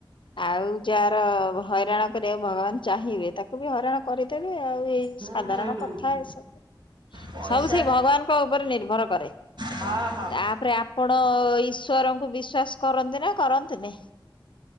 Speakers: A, on the left (about 75°); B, on the right (about 65°).
A: ଆଉ ଯାହାର ହଇରାଣ କରିବାକୁ ଭଗବାନ ଚାହିଁବେ, ତାକୁ ବି ହଇରାଣ କରିଦେବେ ଆଉ ଏଇ
B: ହୁଁ
A: ସାଧାରଣ କଥା ଏସବୁ।
B: ପଇସା
A: ସବୁ ସେଇ ଭଗବାନଙ୍କ ଉପରେ ନିର୍ଭର କରେ।
B: ହଁ ହଁ
A: ତା ପରେ ଆପଣ ଈଶ୍ୱରଙ୍କୁ ବିଶ୍ଵାସ କରନ୍ତି ନା କରନ୍ତିନି?